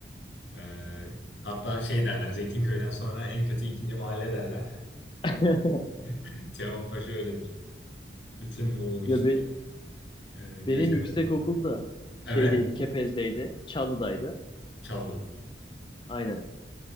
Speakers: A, on the left; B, on the left.
A: Ee, hatta şey derler, Zeytinköy'den sonra en kötü ikinci mahalle derler.
B: <laughs>
A: <laughs> Teomanpaşa öyledir. Bütün bu işte
B: Ya be-
A: e, göçebelerin.
B: benim yüksek okulda şeydeydi,
A: Evet,
B: Kepez'deydi, Çalı'daydı.
A: Çallı.
B: Aynen.